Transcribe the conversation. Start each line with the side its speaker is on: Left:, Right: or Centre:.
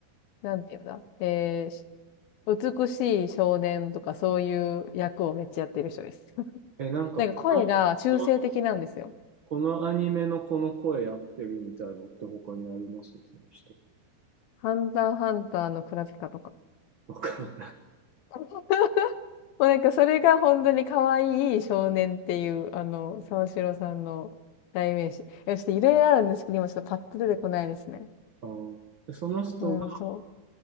Left: なんていうんだ、えー美しい少年とかそういう役をめっちゃやってる人です。<laughs>
Right: え、なんかこの、
Left: なんか声が中性的なんですよ。
Right: このこのアニメのこの声やってるみたいなのって他にありますその人。
Left: ハンターハンターのクラピカとか。
Right: わかんない。
Left: <laughs> もうなんかそれが本当に可愛い少年っていう、あの、沢城さんの代名詞。いや、ちょっといろいろあるんですけど、今ちょっとパッと出てこないですね。
Right: あーでその人が
Left: うん、そ